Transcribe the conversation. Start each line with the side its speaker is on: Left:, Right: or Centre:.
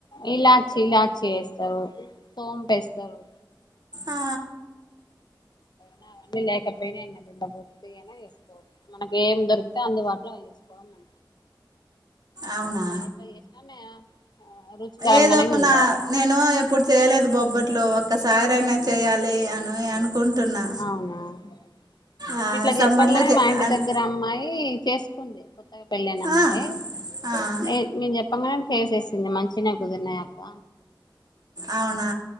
Left: ఇలాచ్చి ఇలాచ్చి వేస్తారు సోంపేస్తారు
Right: ఆ
Left: అవన్నీ లేకపోయినాంండ పూర్తి అ వసుకో మనకి ఏం దొరికితే అందుబాటులో అవి చేసుకోవ <unintelligible>
Right: అవునా
Left: ఆయిల్ తో చేసినా రుచికరంగానే
Right: ఏదో
Left: ఉంటాయి
Right: నా
Left: అవి
Right: నేను ఎప్పుడు చేయలేదు బొబ్బట్లు ఒక్కసారి అయినా చేయాలి అని అనుకుంటున్నా
Left: అవునా మేము
Right: ఆ
Left: ఇట్లా
Right: సమ్మర్లో
Left: చెప్పంగనే
Right: చే
Left: మా ఇంటి
Right: అన్
Left: దగ్గర అమ్మాయి చేసుకుంది కొత్తగా పెళ్ళఅయిన అమ్మాయి
Right: ఆ ఆ
Left: లేదు మేం చెప్పంగానే వేసేసింది మంచినే కుదిరినాయి అక్క
Right: అవునా